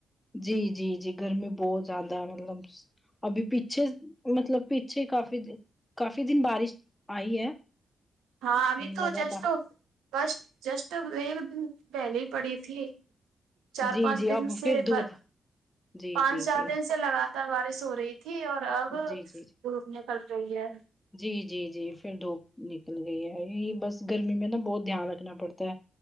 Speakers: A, on the left; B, on the right.
A: جی جی جی گرمی بہت زیادہ ہے مطلب ابھی پیچھے مطلب پیچھے کافی کافی دن بارش آئی ہے
B: ہاں ابھی تو
A: لگاتار
B: جسٹ بسٹ جسٹ ایک دن پہلی ہی پڑی تھی چار
A: جی
B: پانچ
A: جی
B: دن
A: اب
B: سے
A: پھر دھوپ
B: بھر
A: جی
B: پانچ
A: جی
B: چار
A: جی
B: دن سے لگاتار بارش ہو رہی تھی اور اب
A: جی جی
B: دھوپ نکلا رہی ہے
A: جی جی جی پھر دھوپ نکل گئی ہے یہی بس گرمی میں نا بہت دھیان رکھنا پڑتا ہے